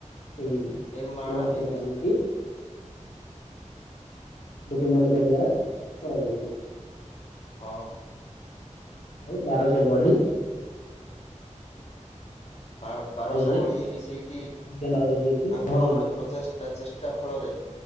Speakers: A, on the left; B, on the left.
A: ଏଇ କୋଣାର୍କ
B: ନିର୍ମାଣ ହେଇଥିଲା
A: ମନ୍ଦିରଟି ଲୋକମାନଙ୍କ ଦ୍ଵାରା କରାଯାଇଥିଲା।
B: ହଁ।
A: ଆଉ ବାରଶହ ବଢେଇ
B: ବାର ବାରଶହ
A: ଆଉ ଜଣେ
B: ବଢେଇ ବି ସେଇଠି
A: ଅଜ୍ଞାମାଳକ ଯିଏକି
B: ତାଙ୍କର
A: ଧରମା
B: ବି ପ୍ରଚେଷ୍ଟା ଚେଷ୍ଟା ତା ଫଳରେ